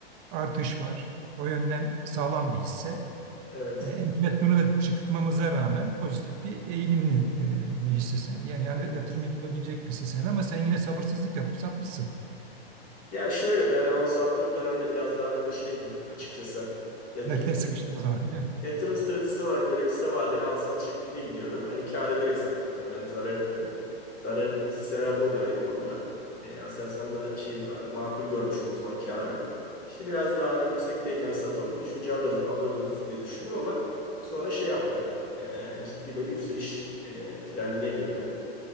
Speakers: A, on the right (about 30°); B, on the left (about 25°).
A: artış var. O yönden sağlam bir hisse.
B: Evet.
A: e, enflasyonu da çıktmamıza rağmen pozitif bir eğilimli e, bir hisse senedi. Yani, yani
B: Evet.
A: yatırım yapılabilecek bir hisse senedi ama sen yine sabırsızlık yapıp satmışsın.
B: Ya şöyle ben o sattığım dönemde biraz daha böyle şeydim açıkçası. Yatırım
A: Nakite sıkıştın o zaman değil mi?
B: yatırım stratejisi olarak böyle kısa vadeli al sat şeklinde gidiyordu. Hani kâr ederek sattım tabii. Hani zarar etmedim. Zarar ettiğim hisselerde oluyor ayrı konu da. E, Aselsan'da şeydi vardı. Makul görmüştüm o zaman kârı. İşte biraz daha yüksekteyken satalım. Düşünce alırız, alırız diye düşündüm ama sonra şey yaptı. E, ciddi böyle yükseliş e, trendine girdi.